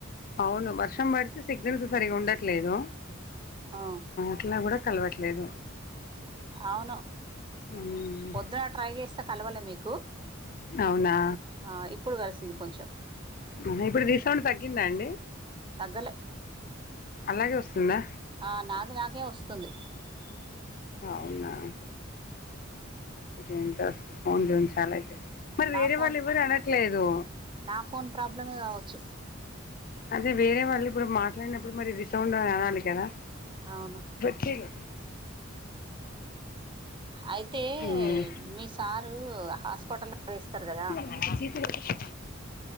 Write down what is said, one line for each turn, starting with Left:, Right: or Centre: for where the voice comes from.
Left: అవును వర్షం పడితే సిగ్నల్స్ సరిగ ఉండట్లేదు.
Right: ఆ
Left: ఇట్లా కూడా కలవట్లేదు
Right: అవును
Left: మ్మ్.
Right: పొద్దున ట్రై చేస్తే కలవాలా మీకు
Left: అవునా
Right: ఆ ఇప్పుడు కలిసింది కొంచెం
Left: ఉహు ఇప్పుడు రిసౌండ్ తగ్గిందా అండి
Right: తగ్గలే
Left: అలాగే వస్తుందా
Right: ఆ నాది నాకే వస్తుంది
Left: అవునా ఏంటో <unintelligible> అయితే మరి
Right: నా
Left: వేరే
Right: ఫోన్
Left: వాళ్ళు ఎవ్వరు అనట్లేదు.
Right: నా ఫోన్ ప్రాబ్లమే కావచ్చు
Left: అదే వేరే వాళ్ళు ఇప్పుడు మాట్లాడినప్పుడు మరి రిసౌండ్ అని అనాలి కదా.
Right: అవును
Left: కిగు
Right: అయితే
Left: మ్మ్.
Right: మీ సారు హాస్పిటల పోయోస్తారు కదా
Left: ఆయనకి చీటి పెట్టిచి